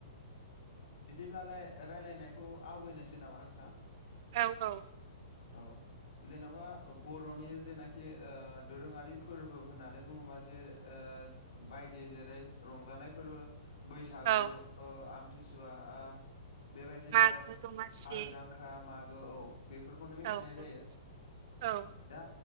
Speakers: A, on the left; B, on the right.
A: बिदिब्लालाय रायजलायनायखौ आवगायनोसै नामा नोंथां?
B: औ औ
A: औ जेन'बा बर'नि जेनाखि ओ दोरोङारि फोरबो होननानै बुङोबा जे ओ बायदि जेरै रंजानाय फोरबो बैसागु
B: औ
A: ओ आमथिसुवा ओ बेबायदिनो
B: मागो दमासि
A: हाल जांख्रा मागो औ बेफोरखौनो मिथिनाय
B: औ
A: जायो।
B: औ औ
A: दा